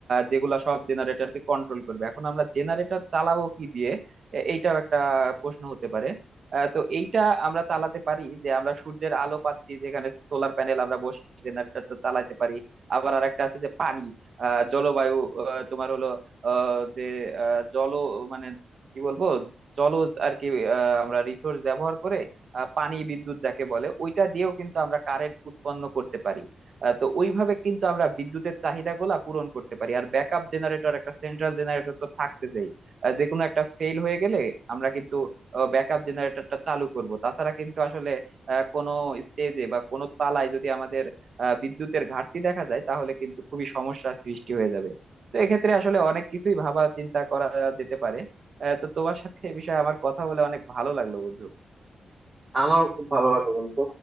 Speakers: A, on the right; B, on the right.
A: যেগুলা সব জেনারেটরকে কন্ট্রোল করবে এখন আমরা জেনারেটর চালাবো কি দিয়ে এ- এইটাও একটা প্রশ্ন হতে পারে আহ, তো এইটা আমরা চালাতে পারি যে আমরা সূর্যের আলো পাচ্ছি যেখানে সোলার প্যানেল আমরা বসিয়ে জেনারেটর তো চালাতে পারি আবার আর একটা আছে যে পানি আহ, জলবায়ু আহ, তোমার হলো আহ, যে আহ, জল মানে কি বলবো জলজ আর কি আহ, আমরা রিসোর্স ব্যবহার করে আহ, পানি বিদ্যুৎ যাকে বলে ওইটা দিয়েও কিন্তু আমরা কারেন্ট উৎপন্ন করতে পারি আহ, তো ওইভাবে কিন্তু আমরা বিদ্যুতের চাহিদাগুলা পূরণ করতে পারি আর ব্যাকআপ জেনারেটর একটা সেন্ট্রাল জেনারেটর তো থাকতেছেই আহ, যে কোনো একটা ফেল হয়ে গেলে আমরা কিন্তু ব্যাকআপ জেনারেটরটা চালু করব তাছাড়া কিন্তু আসলে আহ, কোনো স্টেজে বা কোনো তালায় যদি আমাদের আহ, বিদ্যুতের ঘাটতি দেখা যায় তাহলে কিন্তু খুবই সমস্যার সৃষ্টি হয়ে যাবে তো এক্ষেত্রে আসলে অনেক কিছুই ভাবা চিন্তা করা যেতে পারে আহ, তো তোমার সাথে এ বিষয়ে আমার কথা বলে অনেক ভালো লাগলো বন্ধু
B: আমার খুব ভালো লাগলো বন্ধু